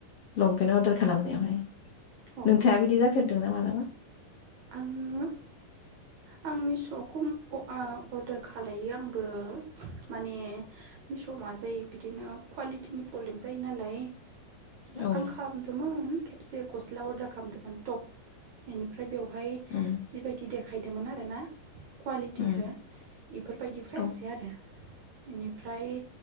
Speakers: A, on the left; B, on the right.
A: लंपेन अरदार खालामनायावहाय
B: अ
A: नोंथांङा बिदि जाफेरदोंना मालाबा
B: आंङो आं मिसखौ अर्डार खालामलो आंबो माने मिसौआव मा जायो बिदिनो कुवालिटिनि प्रब्लेम जायो नालाय
A: औ
B: आं खालामदोंमोन खबसे गस्ला अर्डार खालामदोंमोन टप बेनिफ्राय बेव बेहाय
A: उम
B: जिबायदि देखाय बिदोंमोन आरोना कुवालिटिखौ
A: उम
B: बेफोरबायदि फैयासै
A: औ
B: आरो बेनिफ्राय